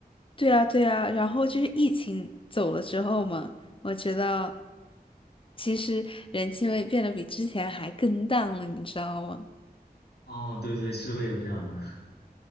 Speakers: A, on the left; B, on the left.
A: 对啊，对啊，然后就是疫情走了之后嘛，我觉得其实人气味变得比之前还更淡了，你知道吗？
B: 哦，对对，是会有这样的。<laughs>